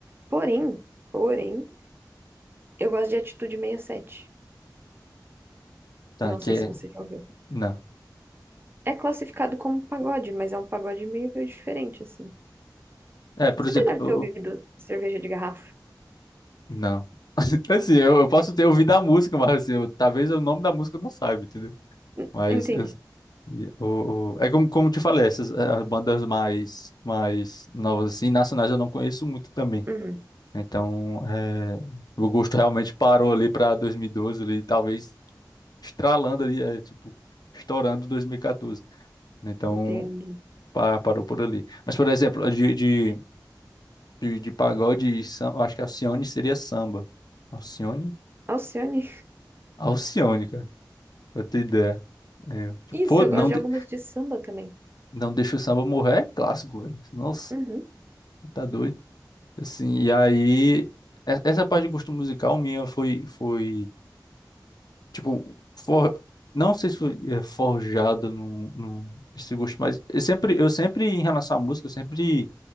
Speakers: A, on the right; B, on the left.
A: Porém, porém, eu gosto de Atitude 67.
B: tá,
A: Não
B: que
A: sei
B: é,
A: se você já ouviu.
B: não,
A: É classificado como pagode, mas é um pagode meio diferente, assim.
B: é, por
A: Você
B: exemplo,
A: já deve
B: eu-
A: ter ouvido
B: eu-
A: cerveja de garrafa.
B: não, <laughs> assim,
A: não
B: eu, eu posso ter ouvido a música, mas, assim, eu- talvez o nome da música eu não saiba, entendeu?
A: Hum,
B: Mas
A: Entende?
B: eu, E o- o- É como, como te falei, essas eh, as bandas mais, mais novas, assim, nacionais eu não conheço muito também.
A: Uhum,
B: né? Então, eh, o gosto realmente parou ali para 2012, ali, talvez estralando ali, eh, tipo, estourando 2014. Então,
A: entendi.
B: pa- parou por ali. Mas, por exemplo, de, de, de, de pagode, e sam- eu acho que Alcione seria samba. Alcione?
A: Alcione.
B: Alcione, cara, pra ter ideia. É, tipo,
A: Isso,
B: pô,
A: eu
B: não,
A: gosto de
B: de-
A: algumas de samba também.
B: não deixa o samba morrer, é clássico, velho. Nossa,
A: Uhum,
B: tá doido. Assim, e aí, e- essa parte de gosto musical minha foi, foi tipo, for, não sei se foi é, forjada no, no, esse gosto, mas eu sempre, eu sempre, em relação à música, eu sempre